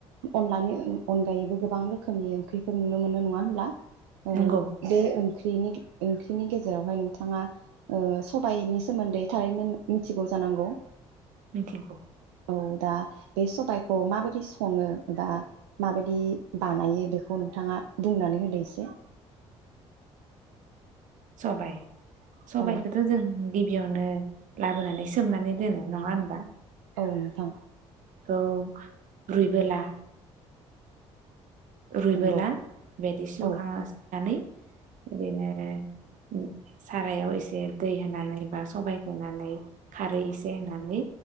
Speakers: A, on the right; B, on the right.
A: अनलानि अनगायैबो गोबां रोखोमनि ओंख्रिफोर नुनो मोनो नङा होमब्ला? ओ
B: नंगौ
A: बे ओंख्रिनि, ओंख्रि बिनि गेजेरावहाय नोंथाङा ओ सबाइनि सोमोन्दै थारैनो मिथिगौ जानांगौ।
B: मिथिगौ
A: औ दा बे सबाइखौ माबायदि सङो एबा माबायदि बानायो बेखौ नोंथाङा बुंनानै होदो एसे?
B: सबाइ सबाइखौथ'
A: औ
B: जों गिबियावनो लाबोनानै सोमनानै दोनो नङा होमबा?
A: औ नोंथां
B: खौ रुइबोला रुइबोला
A: नंगौ
B: बेदि सुखांना-सुखांनानै
A: औ
B: बिदिनो सारायाव एसे दै होनानै बा सबाइ होनानै खारै एसे होनानै